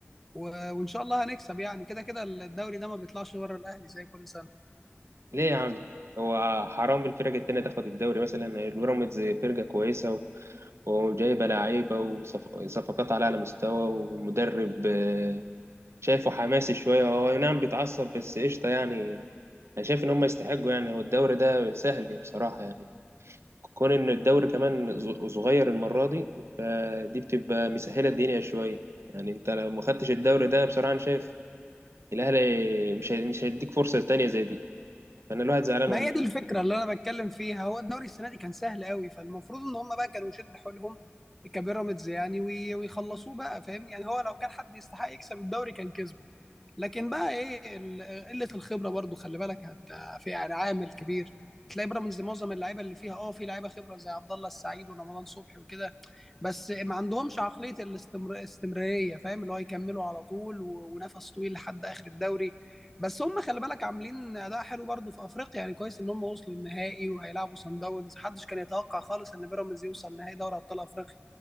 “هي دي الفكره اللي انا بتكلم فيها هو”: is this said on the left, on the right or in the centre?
Centre